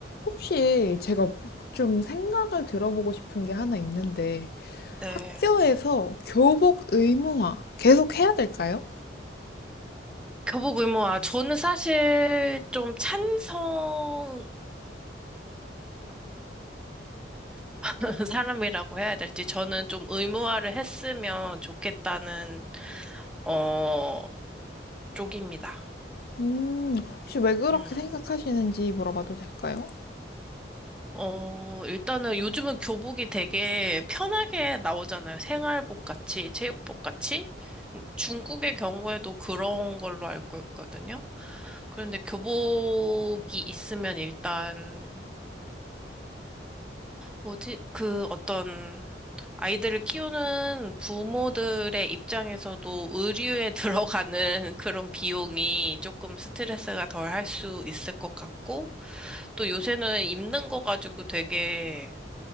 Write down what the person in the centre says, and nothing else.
네.
교복 의무화. 저는 사실 좀 찬성인 <laughs> 사람이라고 해야 될지, 저는 좀 의무화를 했으면 좋겠다는, 어, 쪽입니다.
음.
어, 일단은 요즘은 교복이 되게 편하게 나오잖아요. 생활복 같이, 체육복 같이. 중국의 경우에도 그런 걸로 알고 있거든요. 그런데 교복이 있으면 일단, 뭐지? 그 어떤 아이들을 키우는 부모들의 입장에서도 의류에 <laughs> 들어가는 그런 비용이 조금 스트레스가 덜 할 수 있을 것 같고, 또 요새는 입는 거 가지고 되게,